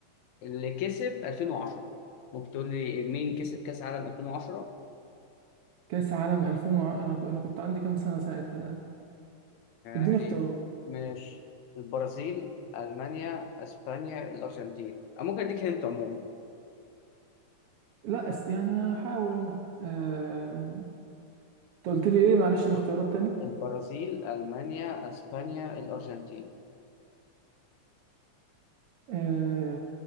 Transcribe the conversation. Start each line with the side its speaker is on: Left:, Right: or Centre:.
Left: اللي كسب 2010 ممكن تقول لي مين كسب كأس العالم 2010؟
Right: كاس عالم 2000 وع... انا ك... انا كنت عندي كام سنه ساعتها ده
Left: يعني
Right: اديني اختيارات
Left: ماشي البرازيل، ألمانيا، أسبانيا، الأرجنتين أو ممكن أديك هنت عموما
Right: لا است يعني انا هحاول انا آه، انت قلت لي ايه معلش الاختيارات تاني
Left: والبرازيل، ألمانيا، أسبانيا، الأرجنتين
Right: آه،